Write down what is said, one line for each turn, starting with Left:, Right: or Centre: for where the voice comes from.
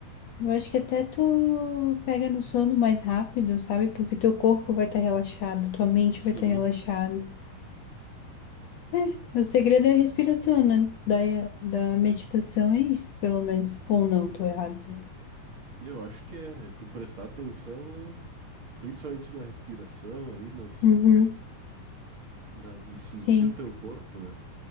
Left: Eu acho que até tu pega no sono mais rápido, sabe? Porque teu corpo vai estar relaxado, tua mente
Right: Sim,
Left: vai estar relaxada. É, o segredo é a respiração, né? Da, da meditação é isso, pelo menos. Ou não, tô errada.
Right: eu acho que é, é tu prestar atenção, na- principalmente na respiração aí, nas,
Left: Uhum,
Right: na- e sentir
Left: sim.
Right: o teu corpo, né?